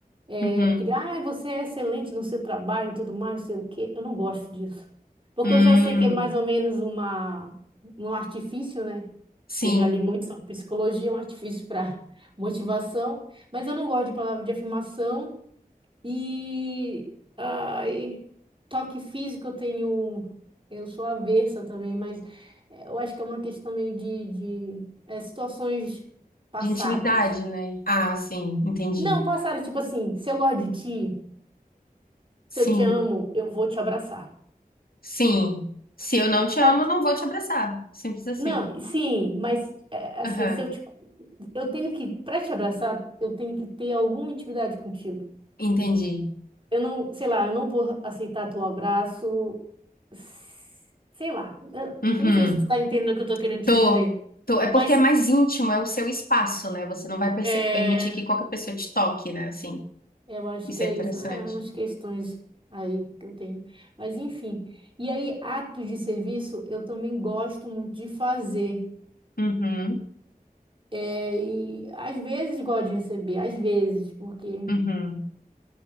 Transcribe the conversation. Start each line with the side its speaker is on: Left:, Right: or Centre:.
Right: É,
Left: uhum,
Right: que, ah, você é excelente no seu trabalho e tudo mais, não sei o quê. Eu não gosto disso. Porque
Left: hum,
Right: eu já sei que é mais ou menos uma, um artifício, né?
Left: sim.
Right: Que eu já li muito sobre psicologia, é um artifício para <laughs> motivação. Mas eu não gosto de palavra de afirmação. E ai, toque físico eu tenho. Eu sou avessa também, mas eh, eu acho que é uma questão meio de, de é, situações passadas.
Left: De intimidade, né? Ah, sim, entendi.
Right: Não, passaram tipo assim, se eu gosto de ti,
Left: Sim,
Right: se eu te amo, eu vou te abraçar.
Left: sim. Se eu não te
Right: Só
Left: amo,
Right: que,
Left: eu não vou te abraçar. Simples assim.
Right: não, sim, mas é, assim,
Left: Aham,
Right: se eu te, eu tenho que, pra te abraçar, eu tenho que ter alguma intimidade contigo.
Left: entendi.
Right: Eu não, sei lá, eu não vou aceitar teu abraço, s- sei lá. Eu,
Left: Uhum.
Right: eu não sei se tu tá entendendo o que eu tô querendo te
Left: Tô,
Right: dizer,
Left: tô. É
Right: mas
Left: porque é mais íntimo, é o seu espaço, né? Você não vai perce-
Right: é,
Left: permitir que qualquer pessoa te toque, né? Assim,
Right: eu acho
Left: isso
Right: que é
Left: é interessante.
Right: isso, é umas questões aí que eu tenho. Mas enfim. E aí, atos de serviço, eu também gosto muito de fazer.
Left: Uhum,
Right: É, e às vezes gosto de receber, às vezes, porque
Left: uhum.